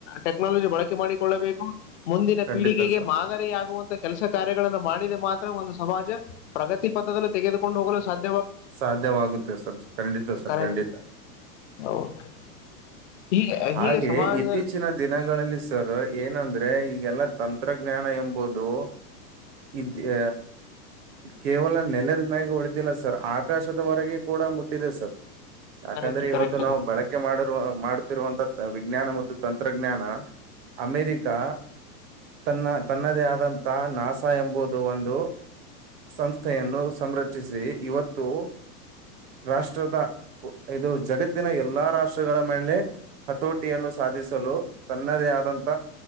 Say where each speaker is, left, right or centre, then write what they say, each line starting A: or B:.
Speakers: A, on the left; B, on the right.
A: ಟೆಕ್ನಾಲಜಿ ಬಳಕೆ ಮಾಡಿ ಕೊಳ್ಳಬೇಕು ಮುಂದಿನ
B: ಖಂಡಿತ
A: ಪೀಳಿಗೆಗೆ
B: ಸರ್
A: ಮಾದರಿಯಾಗುವಂತಹ ಕೆಲಸ ಕಾರ್ಯ ಗಳನ್ನು ಮಾಡಿದೆ ಮಾತ್ರ ಒಂದು ಸಮಾಜ ಪ್ರಗತಿ ಪಥದಲ್ಲಿ ತೆಗೆದುಕೊಂಡು ಹೋಗಲು ಸಾಧ್ಯ
B: ಸಾಧ್ಯವಾಗುತ್ತೆ ಸರ್ ಖಂಡಿತ ಸರ್
A: ಕರೆಕ್ಟ್
B: ಖಂಡಿತ
A: ಓಕೆ. ಹೀಗೆ
B: ಹಾಗೆ
A: ಹೀಗೆ ಸಮಾಜ
B: ಇತ್ತೀಚಿನ ದಿನಗಳಲ್ಲಿ ಸರ್ ಏನಂದ್ರೆ ಈಗೆಲ್ಲ ತಂತ್ರಜ್ಞಾನ ಎಂಬುದು ಇದಹ ಕೇವಲ ನೆಲದ ಮ್ಯಾಗ ಉಳಿದಿಲ್ಲ ಸರ್ ಆಕಾಶದವರೆಗೆ ಕೂಡ ಮುಟ್ಟಿದೆ ಸರ್ ಯಾಕಂದ್ರೆ
A: ಕರೆಕ್ಟ್
B: ಇವತ್ತು
A: ಕರೆಕ್ಟ್
B: ನಾವು ಬಳಕೆ ಮಾಡ ಮಾಡ ವಿಜ್ಞಾನ ಮತ್ತು ತಂತ್ರಜ್ಞಾನ ಅಮೇರಿಕಾ ತನ್ನ ತನ್ನದೇ ಆದಂತ ನಾಸಾ ಎಂಬುದು ಒಂದು ಸಂಸ್ಥೆಯನ್ನು ಸಂರಕ್ಷಿಸಿ ಇವತ್ತು ರಾಷ್ಟ್ರದ ಇದು ಜಗತ್ತಿನ ಎಲ್ಲಾ ರಾಷ್ಟ್ರಗಳ ಮೇಲೆ ಹತೋಟಿಯನ್ನು ಸಾಧಿಸಲು ತನ್ನದೇ ಆದಂಥ